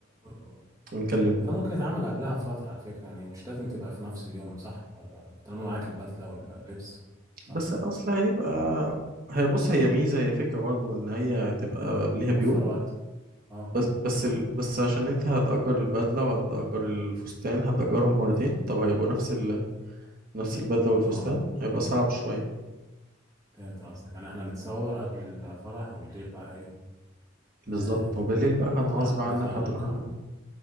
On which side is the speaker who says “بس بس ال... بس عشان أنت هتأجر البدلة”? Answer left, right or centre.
Right